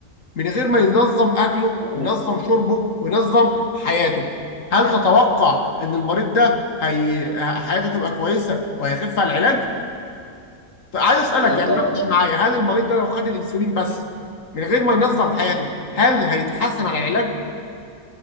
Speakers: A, on the left; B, on the right.
A: من غير ما ينظم اكله
B: تمام
A: وينظم شربه وينظم حياته هل تتوقع ان المريض ده هي... حياته تبقى كويسه وهيخف على العلاج عايز اسالك
B: لا طبعا
A: يعني ناقش معايا هل المريض ده لو خد الانسولين بس من غير ما ينظم حياته هل هيتحسن على العلاج